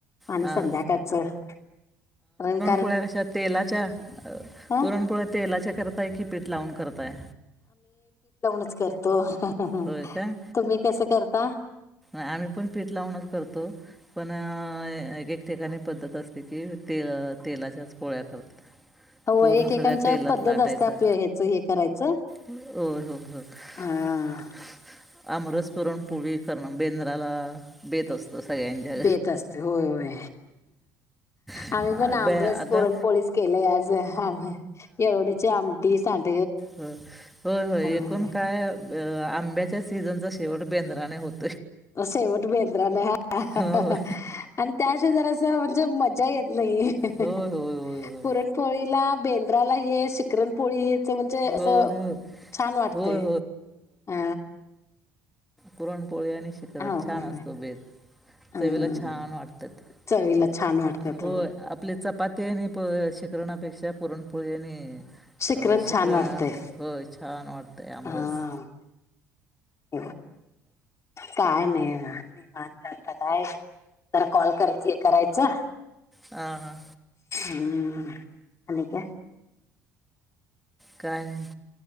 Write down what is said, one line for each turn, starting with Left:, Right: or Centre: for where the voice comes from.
Left: आणि
Centre: हां
Left: संध्याकाळच <unintelligible>
Centre: पोळ्या कशा तेलाच्या
Left: हा
Centre: पुरणपोळी तेलाच्या करताय कि पीठ लावून करताय?
Left: असं करतो,
Centre: होय काय
Left: तुम्ही कस करता?
Centre: आम्ही पण पीठ लावूनच करतो पण एक ठिकाणी पद्धत असते की, ते -तेलाच्याच पोळ्या करतात.
Left: हो
Centre: पूर्ण
Left: एकेकांच्या
Centre: सगळ्या तेलात
Left: पद्धत
Centre: लाटायचं
Left: असते, आपल्या ह्याच हे करायचं.
Centre: होय, हो हो <unintelligible>
Left: हा
Centre: आमरस पुरणपोळी करण बेंद्राला बेत असतो. सगळ्यांच्या
Left: बेत असतोय होय होय.
Centre: घरी
Left: आम्ही पण आमरस
Centre: बे आता
Left: पुरणपोळीच केलेयं आज येळवणीची आमटी, सांडग
Centre: हो होय हो एकूण
Left: होय
Centre: काय? अ आंब्याच्या सीझनचा शेवट बेंद्राने होतो.
Left: शेवट बेंद्राने हा हाहा
Centre: होय
Left: आणि त्याशजार अस म्हणजे मज्जा येत नाही रे
Centre: होय होय होय
Left: पुरणपोळीला बेंद्राला ये शिकरणपोळी ते म्हणजे अस
Centre: होय होय
Left: छान वाटत
Centre: होय होय
Left: ह
Centre: पुरण पोळीआणि शिखरण
Left: होय
Centre: छान असतो बेद
Left: हम्म
Centre: चवीला छान वाटत ते
Left: चवीला छान वाटतात
Centre: होय आपले चपाती त्यानी प शिखरणापेक्षा पुरणपोळी आणि
Left: शिकरण
Centre: शिक
Left: छान
Centre: पुरण
Left: वाटतंय
Centre: होय छान वाटत आम
Left: हा
Centre: रस
Left: <inaudible> काय नाही पण तर काय तर कॉल कराच करायचं
Centre: हां हां
Left: हम्म अले काय
Centre: काय नाही